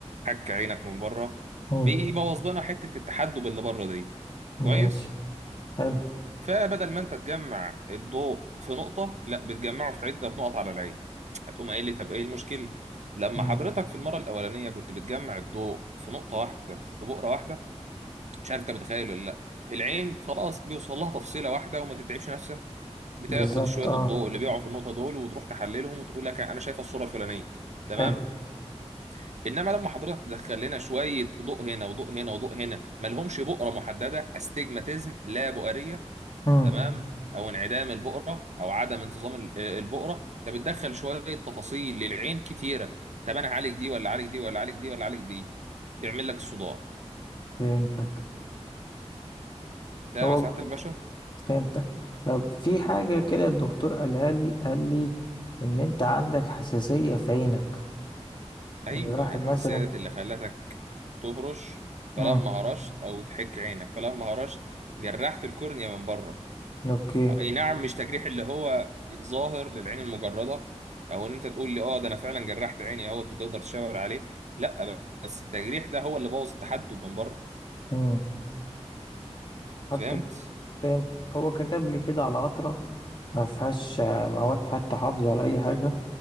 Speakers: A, on the right (about 85°); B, on the left (about 45°).
A: حك عينك من بره
B: امم
A: بيبوظ لنا حته التحدب اللي بره دي
B: ماشي
A: كويس
B: حلو
A: فبدل ما انت تجمع الضوء في نقطة لا بتجمعه في عدة نقط على العين هتقوم قايل لي طب ايه المشكلة لما
B: امم
A: حضرتك في المرة الأولانية كنت بتجمع الضوء في نقطة واحدة في بؤرة واحدة مش عارف انت متخيل ولا لا العين خلاص بيوصل لها تفصيلة واحدة وما تتعبش نفسها بتاخد
B: بالظبط
A: شوية
B: اه
A: الضوء اللي بيقعوا في النقطة دول وتروح تحللهم وتقول لك انا شايفة الصورة الفلانية تمام
B: حلو
A: انما لما حضرتك تدخل لنا شويه ضوء هنا وضوء هنا وضوء هنا ملهمش بؤره محدده استجماتيزم لا بؤريه
B: امم
A: تمام او انعدام البقره او عدم انتظام ال- البقره انت بتدخل شويه تفاصيل للعين كتيره طب انا هعالج دي ولا اعالج دي ولا اعالج دي ولا اعالج دي تعمل لك الصداع
B: فهمتك
A: تمام
B: هو
A: يا سعاده الباشا
B: فهمتك طب في حاجة كده الدكتور قالها لي قال لي ان انت عندك حساسية في عينك
A: ايوه
B: يعني واحد
A: ما هي الحساسيه
B: مثلا
A: ديت اللي خلتك تهرش
B: امم
A: فلما هرشت او تحك عينك فلما هرشت جرحت الكورنيا من بره
B: اوكي
A: اي نعم مش تجريح اللي هو ظاهر للعين المجرده او ان انت تقول لي اه ده انا فعلا جرحت عيني اهوت وتقدر تشاور عليه لا بس التجريح ده هو اللي بوظ التحدب من بره
B: مم. حتى
A: فهمت
B: فهمت هو كتب لي كده على قطرة ما فيهاش آه، مواد حتى حافظة ولا أي حاجة